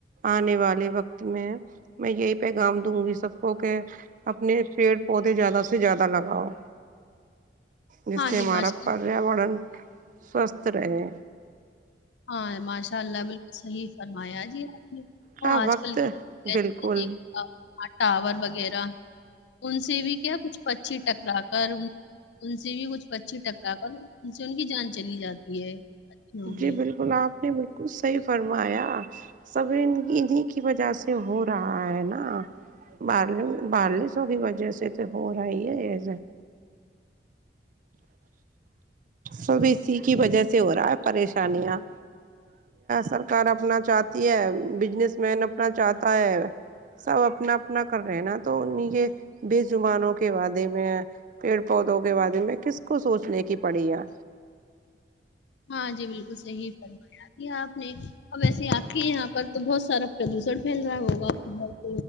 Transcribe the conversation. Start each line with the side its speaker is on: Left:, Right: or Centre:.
Right: آنے والے وقت میں میں یہی پیغام دوں گی سب کو کہ اپنے پیڑ پودے زیادہ سے زیادہ لگاؤ جس
Left: ہاں
Right: سے
Left: جی
Right: ہمارا
Left: ماشاء اللہ
Right: پریاورن سوستھ رہے
Left: ہاں ماشاء اللہ بالکل صحیح فرمایا آ جی آپ نے
Right: ہاں
Left: اور آج
Right: وقت
Left: کل کیا ہو گیا
Right: بالکل
Left: جیسے دیکھ ٹاور وغیرہ ان سے بھی کیا کچھ پچھی ٹکرا کر ان سے بھی کچھ پچھی ٹکرا کر ان سے ان کی جان چلی جاتی ہے اچھیوں کی
Right: جی بالکل آپ نے بالکل صحیح فرمایا سبیں کی وجہ سے ہو رہا ہے نا بارسوں کی وجہ سے تو ہو رہا ہی ہے سب اسی کی وجہ سے ہو رہا ہے پریشانیاں سرکار اپنا چاہتی ہے بجنس مین اپنا چاہتا ہے سب اپنا اپنا کر رہے ہیں نا تو ان بےجبانوں کے بارے میں پیڑ پودوں کے بارے میں کس کو سوچنے کی پڑی ہے
Left: ہاں جی بالکل صحیح فرمایا کیا آپ نے اور ویسے آپ کے یہاں پر تو بہت سارا پردوشن پھیل رہا ہوگا ب